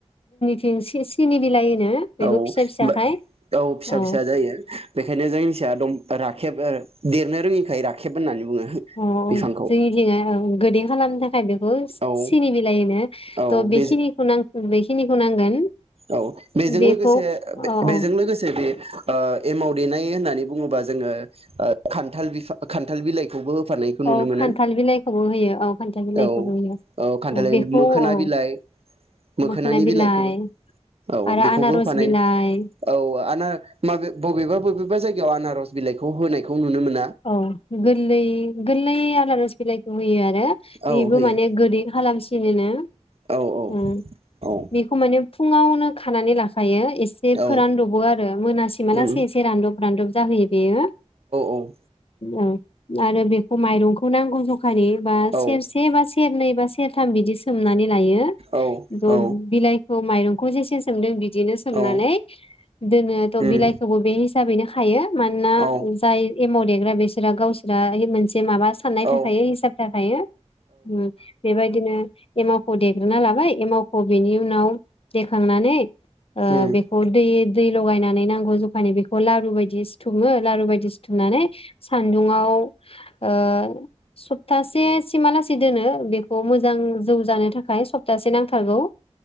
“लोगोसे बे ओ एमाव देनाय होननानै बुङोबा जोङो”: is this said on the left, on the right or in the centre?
Right